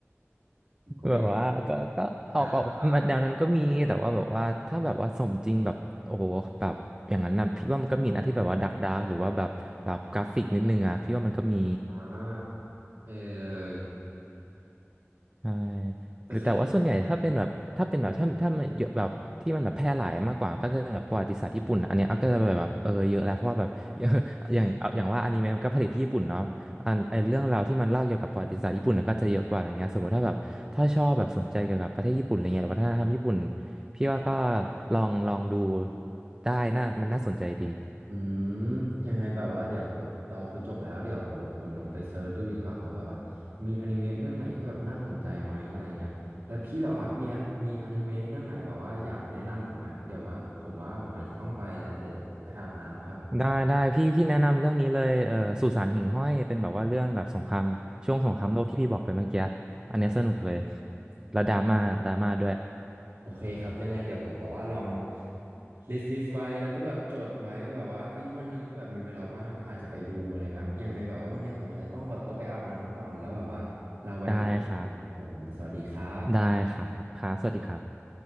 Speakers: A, on the right; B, on the right.
A: ผมก็ไม่รู้
B: แบบว่าก็ก็ออกออกมาแนวนั้นก็มีแต่ว่าแบบว่าถ้าแบบว่าสมจริงแบบโอ้โหแบบอย่างนั้นนะพี่ว่ามันก็มีนะที่แบบว่าดักดาร์กหรือว่าแบบแบบกราฟิกนิดนึงอ่ะพี่ว่ามันก็มี
A: ด่าหรือเปล่าอ่าโอเคเลย
B: ใช่
A: ก็คือ
B: หรือแต่ว่าส่วนใหญ่ถ้าเป็นแบบถ้าเป็นแบบถ้าถ้ามันเยอะแบบที่มันแบบแพร่หลายมากกว่าก็จะแบบประวัติศาสตร์ญี่ปุ่นอะอันเนี้ยเอาก็จะแบบเออเยอะแล้วเพราะว่าแบบ <laughs> อย่างเอาอย่างว่าอนิเมะมันก็ผลิตที่ญี่ปุ่นเนาะอันไอเรื่องราวที่มันเล่าเกี่ยวกับประวัติศาสตร์ญี่ปุ่นน่ะก็จะเยอะกว่าอย่างเงี้ยสมมติถ้าแบบถ้าชอบแบบสนใจเกี่ยวกับประเทศญี่ปุ่นอะไรเงี้ยหรือวัฒนธรรมญี่ปุ่นพี่ว่าก็ลองลองดูได้น่ามันน่าสนใจดี
A: อืมยังไงแบบว่าเดี๋ยวแบบเราคุยจบแล้วเดี๋ยวผมลองไปเซิร์ชดูดีกว่าว่าแบบว่ามีอนิเมะเรื่องไหนที่แบบน่าสนใจไหมอะไรเงี้ยแล้วพี่แบบว่ามีมีอนิเมะเรื่องไหนแบบว่าอยากแนะนำผมไหมเดี๋ยวว่าผมว่าผมอาจจะต้องไปแล้วเดี๋ยวจะไปอาบน้ำครับ
B: ได้ได้พี่พี่แนะนำเรื่องนี้เลยเอ่อสุสานหิ่งห้อยเป็นแบบว่าเรื่องแบบสงครามช่วงสงครามโลกที่พี่บอกไปเมื่อกี้
A: อ่า
B: อันเนี้ยสนุกเลยแล้วดราม่าดราม่าด้วย
A: โอเคครับยังไงเดี๋ยวผมแบบว่าลองลิสต์ลิสต์ไว้แล้วก็แบบจดไว้แบบว่าเอ้ยวันหนึ่งถ้าแบบมีเวลาว่างก็อาจจะไปดูอะไรเงี้ยครับยังไงแบบว่าวันเนี้ยผมอาจจะต้องขอตัวไปอาบน้ำก่อนแล้วแบบว่าเราไว้คุยกันใหม่นะครับผมสวัสดีครับ
B: ได้ครับได้ครับครับสวัสดีครับ